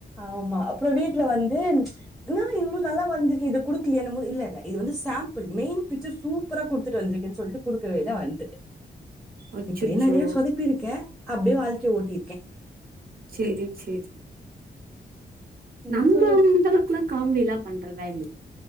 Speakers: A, in the centre; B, on the right (about 55°).
A: ஆமா அப்றோ வீட்ல வந்து என்னா இவ்ளோ நல்லா வரைஞ்சிருக்கே இத குடுக்கலியானம் போது இல்ல இது வந்து சாம்பிள் மெயின் பிச்சர் சூப்பரா குடுத்துட்டு வந்திருக்கேன்னு சொல்ட்டு குடுக்கவே இல்ல வந்துட்ட
B: அச்சச்சோ
A: இப்டியே நெறையா சொதப்பிருக்கே அப்டியே வாழ்க்க ய ஓட்டிருக்க
B: சேரி சேரி
A: என்ன
B: நம்ம
A: சொல்லு
B: இந்தளவுக்குலா காமெடிலா பண்றதா இல்ல